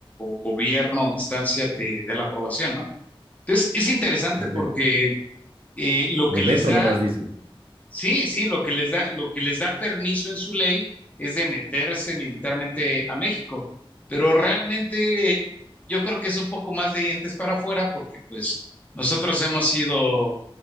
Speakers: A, on the left; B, on the right.
A: gobierno o instancia te dé la aprobación, ¿no? Entonces, es interesante
B: Me,
A: porque eh, lo
B: me
A: que les
B: meto
A: da
B: nomás, dice.
A: Sí, sí, lo que les da, lo que les da permiso en su ley es de meterse militarmente a México, pero realmente yo creo que es un poco más de dientes para afuera porque pues nosotros hemos sido